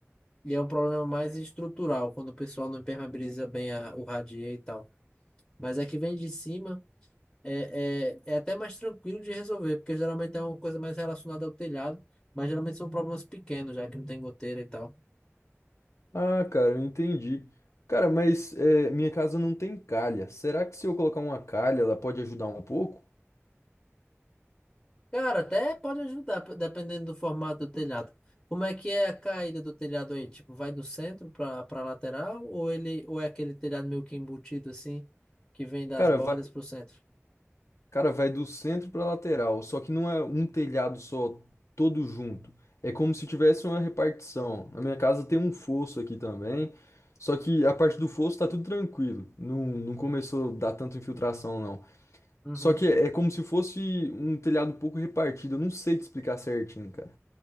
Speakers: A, on the left; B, on the left.
A: e é um problema mais estrutural, quando o pessoal não impermeabiliza bem a, o radier e tal. Mas a que vem de cima é, é, é até mais tranquilo de resolver, porque geralmente é uma coisa mais relacionada ao telhado, mas geralmente são problemas pequenos, já que não tem goteira e tal.
B: Ah, cara, eu entendi. Cara, mas é, minha casa não tem calha. Será que se eu colocar uma calha, ela pode ajudar um pouco?
A: Cara, até pode ajudar, p- dependendo do formato do telhado. Como é que é a caída do telhado aí? Tipo, vai do centro para para lateral ou ele ou é aquele telhado meio que embutido assim, que vem das
B: Cara,
A: bordas
B: vai,
A: pro centro?
B: cara, vai do centro pra lateral, só que não é um telhado só, todo junto. É como se tivesse uma repartição. Na minha casa tem um fosso aqui também, só que a parte do fosso tá tudo tranquilo. Não, não começou a dar tanta infiltração, não.
A: Uhum.
B: Só que é, é como se fosse um telhado um pouco repartido. Eu não sei te explicar certinho, cara.